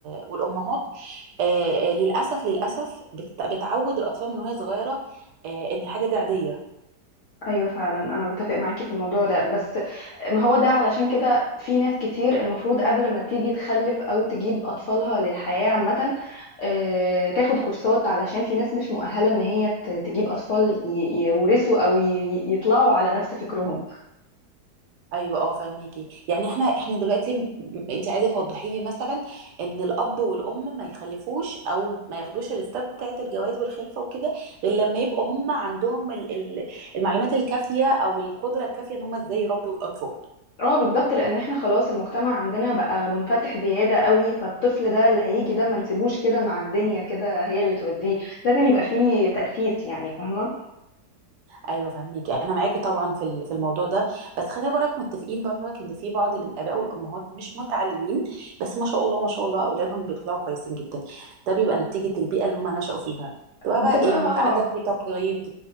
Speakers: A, on the right; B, on the left.
A: والامهات آه آه، للاسف للاسف بت... بتعود الاطفال من وهي صغيره آه ان الحاجه دي عاديه
B: ايوه فعلا انا بتفق معاكي في الموضوع ده بس ما هو ده علشان كده في ناس كتير المفروض قبل ما تيجي تخلف او تجيب اطفالها للحياه عامه آه، تاخد كورسات علشان في ناس مش مؤهله ان هي ت- تجيب اطفال ي- يورثوا او ي- ي- يطلعوا على نفس فكرهم
A: ايوه اه فاهميكي يعني احنا احنا دلوقتي م- انت عايزه توضحي لي مثلا ان الاب والام ما يخلفوش او ما ياخدوش الستاب بتاعه الجواز والخلفه وكده غير لما يبقوا هم عندهم ال- ال- المعلومات الكافيه او القدره الكافيه ان هم ازاي يربوا الاطفال
B: اه بالظبط لان احنا خلاص المجتمع عندنا بقى منفتح زياده قوي فالطفل ده اللي هيجي ده ما نسيبوش كده مع الدنيا كده هي اللي توديه لازم يبقى فيه تاسيس يعني فاهمه
A: ايوه فاهميكي انا معاكي طبعا في ال- في الموضوع ده بس خلينا برك متفقين برك ان في بعض الاباء والامهات مش متعلمين بس ما شاء الله ما شاء الله اولادهم بيطلعوا كويسين جدا ده بيبقى نتيجه البيئه اللي هم نشأوا فيها تبقى بقى
B: بتبقى
A: ايه
B: آه،
A: عادات وتقاليد